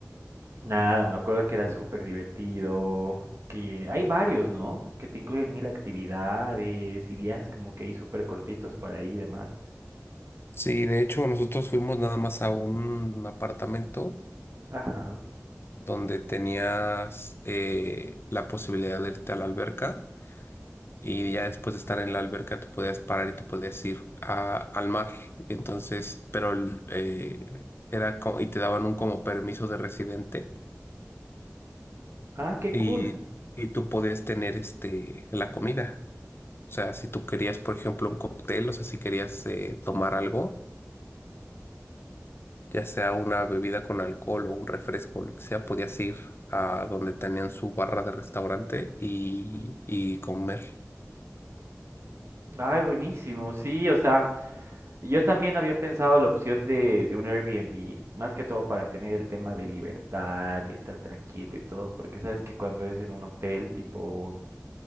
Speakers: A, on the right; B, on the left.
A: Nada, me acuerdo que era súper divertido, que hay varios, ¿no? Que te incluyen mil actividades y viajes como que ahí súper cortitos para ahí y demás.
B: Sí, de hecho nosotros fuimos nada más a un apartamento
A: Ajá.
B: donde tenías eh, la posibilidad de irte a la alberca y ya después de estar en la alberca te podías parar y te podías ir a- al mar. Entonces, pero el, eh, era como, y te daban un como permiso de residente
A: Ah, qué
B: y,
A: cool.
B: y tú podías tener este, la comida. O sea, si tú querías, por ejemplo, un cóctel, o sea, si querías eh, tomar algo ya sea una bebida con alcohol o un refresco, lo que sea, podías ir a donde tenían su barra de restaurante y, y comer.
A: Ay, buenísimo. Sí, o sea, yo también había pensado la opción de, de un Airbnb, más que todo para tener el tema de libertad y estar tranquilo y todo, porque sabes que cuando es en un hotel, tipo,